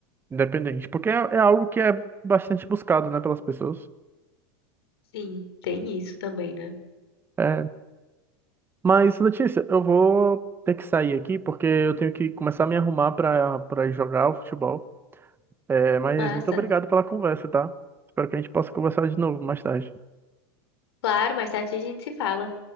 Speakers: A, on the right; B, on the left.
A: independente, porque é, é algo que é bastante buscado, né, pelas pessoas.
B: Sim, tem isso também, né?
A: É, mas, Letícia, eu vou ter que sair aqui, porque eu tenho que começar a me arrumar para para ir jogar o futebol. É, mas
B: Massa.
A: muito obrigado pela conversa, tá? Espero que a gente possa conversar de novo mais tarde.
B: Claro, mais tarde a gente se fala.